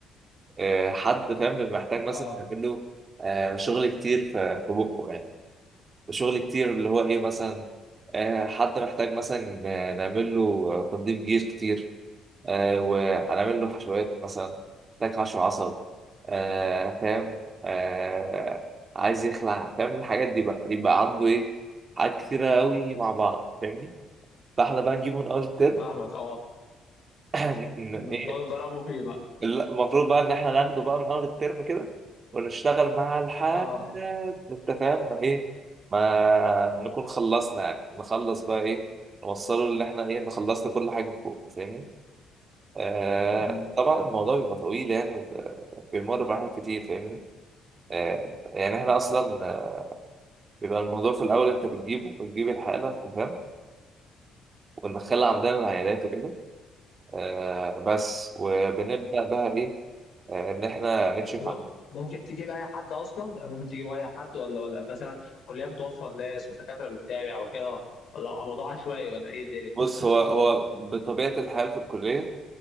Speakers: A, on the right; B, on the left.
A: آه حد فاهم بيبقى محتاج مثلا
B: اه
A: نعمل له آه شغل كتير في في بقه يعني شغل كتير اللي هو ايه مثلا آه حد محتاج مثلا آه، نعمل له آه، تنظيف جير كتير آه وهنعمل له حشوات مثلا محتاج حشو عصب آه فاهم آه عايز يخلع فاهم الحاجات دي بقى يبقى عنده ايه حاجات كتيرة قوي مع بعض فاهمني فاحنا بقى نجيبه من اول الترم
B: فاهمك اه
A: <clears throat> ايه
B: مم. تقعدوا تجربوا فيه بقى
A: المفروض بقى ان احنا ناخده بقى من اول الترم كده ونشتغل مع الحاجة
B: اه
A: انت فاهم ما ايه ما نكون خلصنا يعني نخلص بقى ايه نوصله اللي احنا ايه إن خلصت كل حاجة فوق فاهمني آه
B: مم.
A: طبعا الموضوع بيبقى طويل يعني وبيمر بحاجات كتير فاهمني آه يعني احنا اصلا آه، بيبقى الموضوع في الاول انت بتجيبه بتجيب الحالة انت فاهم وندخلها عندنا العيادات وكده آه بس وبنبدأ بقى ايه آه، ان احنا نكشف
B: طب ممكن تجيب اي حد اصلا يعني ممكن تجيب اي حد ولا ولا مثلا الكليه بتوفر ناس والدكاتره بتتابع وكده ولا موضوع عشوائي ولا ايه الدنيا
A: بص هو هو بطبيعة الحال في الكلية